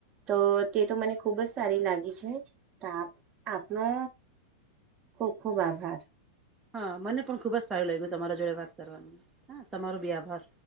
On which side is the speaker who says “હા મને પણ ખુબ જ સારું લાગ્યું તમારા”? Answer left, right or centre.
Right